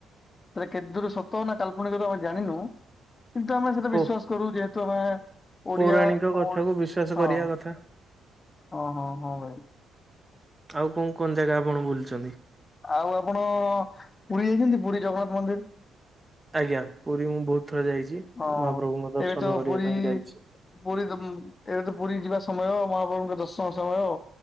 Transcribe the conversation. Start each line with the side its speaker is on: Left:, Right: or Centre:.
Left: ସେଟା କେତେ ଦୂରୁ ସତ ନା କାଳ୍ପନିକ ତ ଆମେ ଜାଣିନୁ କିନ୍ତୁ ଆମେ ସେଟା ବିଶ୍ୱାସ
Right: ଓ
Left: କରୁ ଯେହେତୁ ଆମେ ଓଡ଼ିଆ
Right: ପୌରାଣିକ
Left: ତଅଡ଼ି
Right: କଥାକୁ ବିଶ୍ଵାସ
Left: ହଁ
Right: କରିବା
Left: ହଁ
Right: କଥା
Left: ହଁ ହଁ ଭାଇ।
Right: ଆଉ କଁ କଁ ଜାଗା ଆପଣ ବୁଲଚନ୍ତି?
Left: ଆଉ ଆପଣ ପୁରୀ ଯାଇଛନ୍ତି ପୁରୀ ଜଗନ୍ନାଥ ମନ୍ଦିର?
Right: ଆଜ୍ଞା ପୁରୀ ମୁଁ ବୋହୁତ ଥର ଯାଇଛି
Left: ହଁ
Right: ମହାପ୍ରଭୁଙ୍କ ଦର୍ଶନ
Left: ଏବେ ତ
Right: କରିବା
Left: ପୁରୀ
Right: ପାଇଁ ଯାଇଛି।
Left: ପୁରୀ ତ ମୁଁ ଏବେ ତ ପୁରୀ ଯିବା ସମୟ ମହାପ୍ରଭୁଙ୍କ ଦର୍ଶନ ସମୟ।